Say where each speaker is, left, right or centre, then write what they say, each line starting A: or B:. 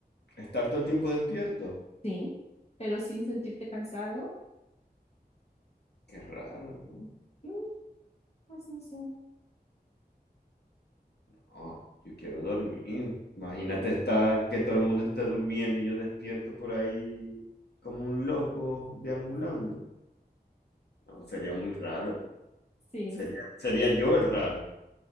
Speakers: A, on the left; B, on the left.
A: estar todo el tiempo despierto.
B: Sí, pero sin sentirte cansado,
A: Qué raro, ¿no?
B: mm, pues no sé.
A: Oh, yo quiero dormir. Imagínate estar, que todo el mundo está durmiendo y yo despierto por ahí como un loco deambulando. No, sería muy raro.
B: Sí,
A: Sería, sería yo el raro.